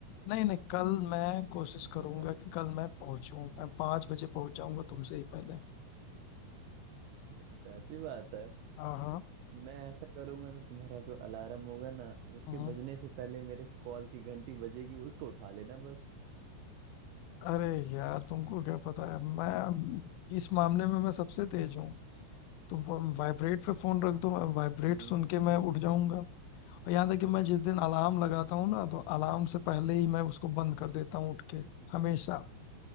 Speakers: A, on the left; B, on the right.
A: नहीं नहीं कल मैं कोशिश करूंगा
B: यहाँ
A: कि
B: पे
A: कल मैं पहुंचूं
B: हम्म,
A: मैं पाँच बजे पहुंच जाऊंगा तुमसे ही पहले
B: अच्छा ऐसी बात है
A: हाँ हाँ
B: मैं ऐसा करूंगा ना तुम्हारा जो अलार्म होगा ना उसके
A: हाँ।
B: बजने से पहले मेरे कॉल की घंटी बजेगी उसको उठा लेना बस
A: अरे यार तुमको क्या पता है मैं इस मामले में मैं सबसे तेज हूँ तो वाइब्रेट पे फोन रख दो वाइब्रेट
B: हम्म
A: सुन के मैं उठ
B: हम्म,
A: जाऊंगा और यहाँ तक कि मैं जिस दिन अलार्म लगाता हूँ ना तो अलार्म से पहले
B: हम्म।
A: ही मैं उसको बंद कर देता हूँ उठ के हमेशा